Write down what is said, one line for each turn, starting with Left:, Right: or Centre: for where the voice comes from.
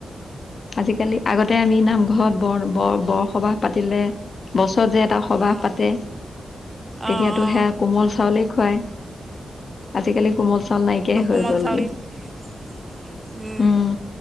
Left: আজিকালি আগতে আমি নামঘৰত বৰ - বৰ - বৰসবাহ পাতিলে বছ যে এটা সবাহ
Right: অঁ
Left: পাতে তেতিয়াতো
Right: অঁ অঁ
Left: সেয়া কোমল চাউলেই খুৱায়। আজিকালি কোমল। চাউল নাইকিয়াই
Right: অ,
Left: হৈ
Right: কোমল
Left: গ'লগে
Right: চাউল উম,
Left: উম